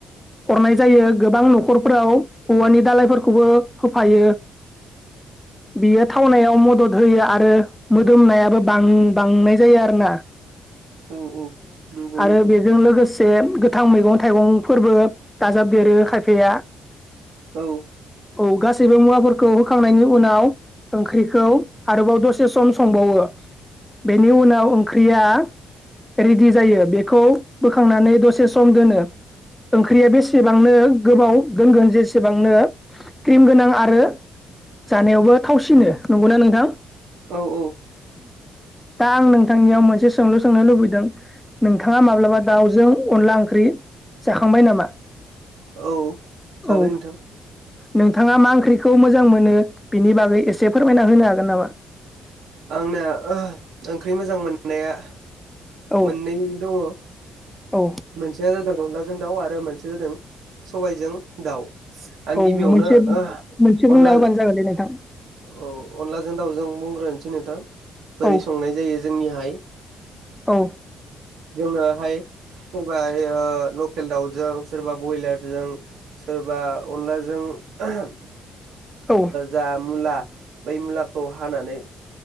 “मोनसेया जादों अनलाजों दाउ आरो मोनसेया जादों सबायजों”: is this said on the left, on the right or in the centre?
Right